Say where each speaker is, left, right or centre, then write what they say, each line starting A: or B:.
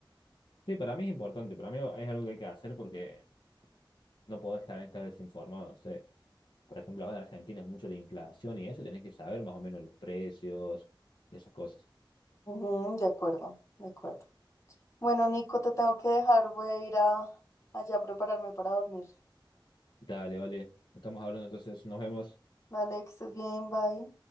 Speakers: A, on the left; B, on the left.
A: Sí, para mí es importante, para mí es algo que hay que hacer porque no podés estar desinformado, Por ejemplo, acá en Argentina es mucho la inflación y eso, y tenés que saber más o menos los precios y esas cosas.
B: Ujú, de acuerdo, de acuerdo. Bueno, Nico, te tengo que dejar, voy a ir a allá a prepararme para dormir.
A: Dale, vale. Estamos hablando entonces, nos vemos.
B: Dale, que estés bien, bye.